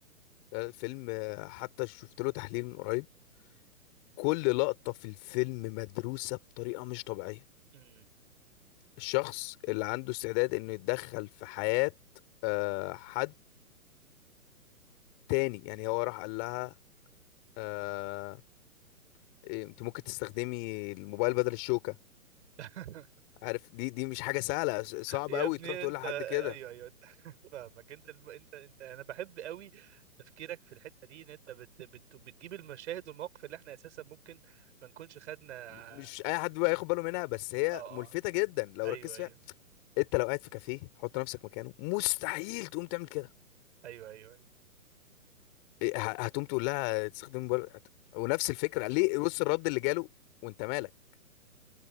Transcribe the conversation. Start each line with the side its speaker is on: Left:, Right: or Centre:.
Left: لا، الفيلم آه، حتى شفت له تحليل من قريب كل لقطة في الفيلم مدروسة بطريقة مش طبيعية
Right: أمم.
Left: الشخص اللي عنده استعداد انه يتدخل في حياة آه، حد تاني يعني هو راح قال لها آه، إيه، انت ممكن تستخدمي الموبايل بدل الشوكة
Right: <laughs>
Left: عارف دي دي مش حاجة سهلة ص- صعب
Right: يا
Left: قوي
Right: ابني
Left: تروح تقول
Right: انت
Left: لحد كده
Right: ايوه ايوه انت <laughs> فاهمك انت الم... انت انت انا بحب قوي تفكيرك في الحته دي ان انت بت... بت... بتجيب المشاهد والمواقف اللي احنا اساسا ممكن ما نكونش خدنا
Left: م-
Right: ع-
Left: مش اي حد بقى ياخد باله منها بس هي
Right: اه
Left: ملفتة
Right: اه
Left: جدا لو
Right: ايوه
Left: ركزت
Right: ايوه
Left: فيها انت لو قاعد في كافيه حط نفسك مكانه مستحيل تقوم تعمل كده
Right: ايوه ايوه, أيوة.
Left: إيه، ه- هتقوم تقول لها تستخدم موبايل هت- ونفس الفكره ليه بص الرد اللي جاله وانت مالك